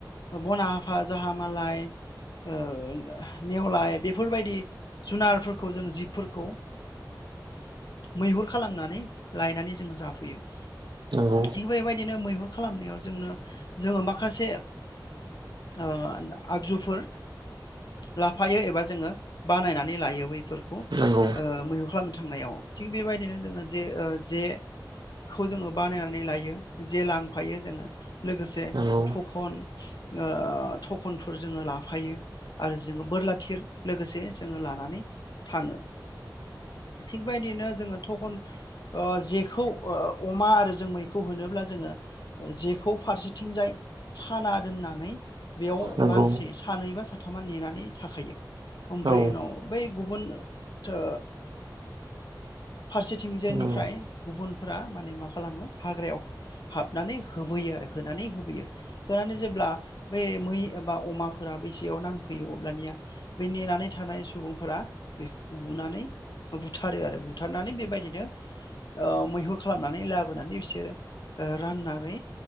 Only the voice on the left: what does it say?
ओ बन आफा, जहा मालाय ओ नेवलाय बेफोरबायदि जुनारफोरखौ जों जिबफोरखौ मैहुर खालामनानै लायनानै जोङो जाफैयो।
थिग बेबायदिनो मैहुर खालामनायाव जोंनो जोङो माखासे ओ दा आगजुफोर लाफायो एबा जोङो बानायनानै लायो बैफ फोरखौ
ओ मैहुर खालामनो थांनायाव थिग बेबायदिनो जोङो जे ऐ जेखौ जोङो बानायनानै लायो। जे लांफायो जोङो लोगोसे
थखन ओ थखनफोर जोङो लाफायो। आरो जोङो बोरलाथिर लोगोसे जोङो लानानै थाङो। थिग बायदिनो जोङो थखन ओ जेखौ ओ अमा ओ जों मैखौ होनोब्ला जोङो ओ जेखौ फारसेथिंजाय साना दोननानै बेयाव
मानसि सानै बा साथामा नेनानै थाखायो। ओमफ्राय
उनाव बै गुबुन थो फारसेथिं जायनिफ्राय
गुबुनफोरा माने मा खालामो हाग्रायाव हाबनानै होबोयो आरो होनानै होबोयो। होनानै जेब्ला बे मै एबा अमाफोरा बै जेयाव नांफैयो अब्लानिया बै नेनानै थानाय सुबुंफोरा बेखौ बुनानै ओ बुथारो आरो बुथ थारनानै बेबायदिनो ओ मैहुर खालामनानै लाबोनानै बिसोरो ओ राननानै